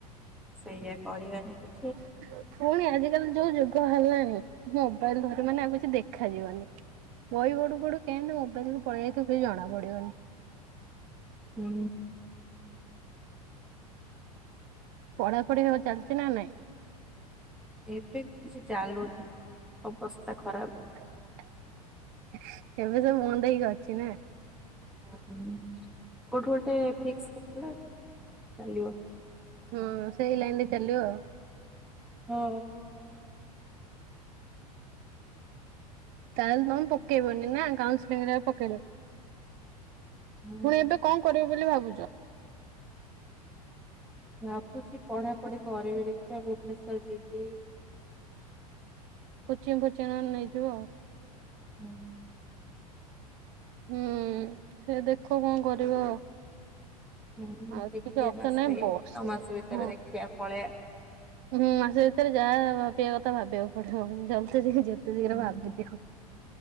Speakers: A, in the centre; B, on the right.
A: ସେଇଆ କରିବାନି ବି।
B: <inaudible> ଫୁଣି ଆଜିକାଲି ଯୋଉ ଯୁଗ ହେଲାଣି ମୋବାଇଲ୍ ଧରିବୁ ମାନେ ଆଉ କିଛି ଦେଖାଯିବନି। ବହି ପଢୁ ପଢୁ କେମତି ମୋବାଇଲ୍ କୁ ପଳିଆଇଥିବୁ କିଛି ଜଣା ପଡିବନି।
A: ହୁଁ।
B: ପଢାପଢି ହଁ ଚାଲିଚି ନା ନାଇଁ?
A: ଏବେ କିଛି ଚାଲୁନି, ଅବସ୍ତା ଖରାପ।
B: ଏବେ ସବୁ ବନ୍ଦ ହେଇକି ଅଛି ନା?
A: ହଁ କୋଉଠୁ ଗୋଟେ ଫିକ୍ସ ହେଇଗଲେ ଚାଲିବ।
B: ହଁ ସେଇ ଲାଇନ ରେ ଚାଲିବ।
A: ହଁ।
B: ତାହେଲେ ତୋମେ ପକେଇବନି ନା କାଉସିଲିଂ ରେ ଆଉ ପକେଇଲ
A: ହୁଁ
B: ଫୁଣି ଏବେ କଣ କରିବ ବୋଲି ଭାବୁଛ?
A: ଭାବୁଛି ପଢାପଢି କରିବି ଦେଖିଆ ଭୁବନେଶ୍ଵର ଯିବି।
B: କୋଚିଙ୍ଗ ଫୋଚିଙ୍ଗ ନନେ ନେଇଯିବ।
A: ହଁ।
B: ହୁଁ, ସେ ଦେଖ କଣ କରିବ।
A: ହୁଁ,
B: ଆଉ
A: ଦେଖିଆ
B: କିଛି ଅପସନ
A: ମାସେ
B: ନାହିଁ ବସ୍
A: ଆଉ ମାସ ଭିତରେ
B: ହଁ
A: ଦେଖିଆ ପଳେଇଆ।
B: ହୁଁ, ମାସେ ଭିତରେ ଯାହା ଭାବିବା କଥା ଭାବିବାକୁ ପଡିବ ହେଲେ ଜଲଦି ଜଲଦି ଯେ ତେ ଶୀଘ୍ର
A: ହୁଁ
B: ଭାବିଦିଅ